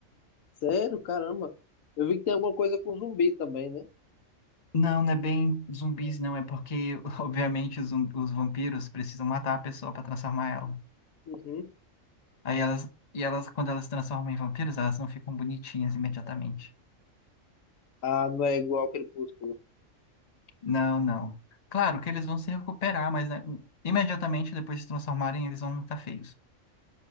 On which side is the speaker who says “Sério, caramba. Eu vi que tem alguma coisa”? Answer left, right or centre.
Left